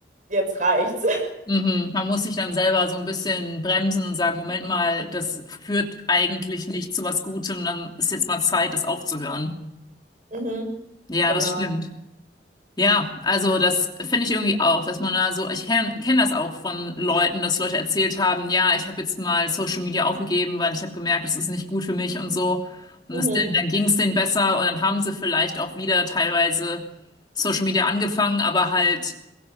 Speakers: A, on the right; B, on the left.
A: jetzt reicht's. <laughs>
B: Mhm. Man muss sich dann selber so ein bisschen bremsen und sagen, Moment mal, das führt eigentlich nicht zu was Gutem, dann ist jetzt mal Zeit, das aufzuhören.
A: Mhm,
B: Ja,
A: genau.
B: das stimmt. Ja, also das finde ich irgendwie auch, dass man da so, ich kenne kenn kenn das auch von Leuten, dass Leute erzählt haben, ja, ich habe jetzt mal Social Media aufgegeben, weil ich habe gemerkt, das ist nicht gut für mich und so. Und
A: Mhm,
B: das, dann ging es denen besser und dann haben sie vielleicht auch wieder teilweise Social Media angefangen, aber halt,